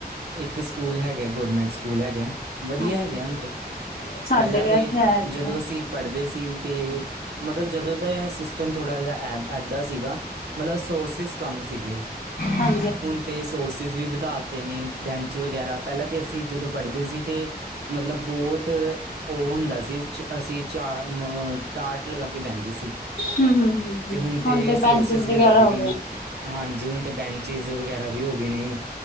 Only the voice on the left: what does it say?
ਹਾਂਜੀ
ਸਾਡੇ
ਵੀ
ਇੱਥੇ ਹੈਗਾ
ਹੈ
ਹਾਂ
ਹਮ ਹਮ ਹਮ
ਬੈਂਚਿਸ
ਵਗੈਰਾ
ਹੋ